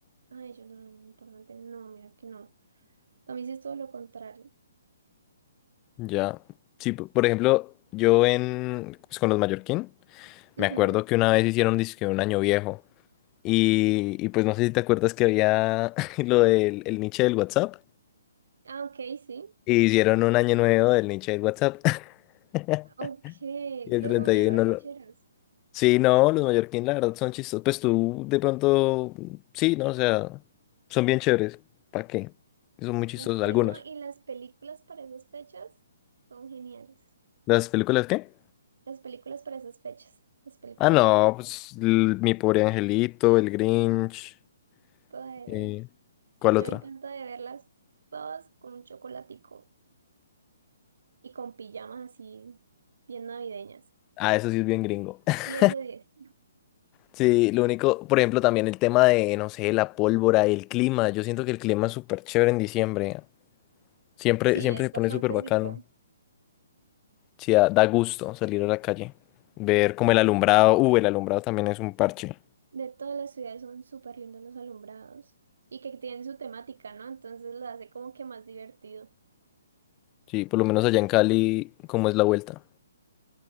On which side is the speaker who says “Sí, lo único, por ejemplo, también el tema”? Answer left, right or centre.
Left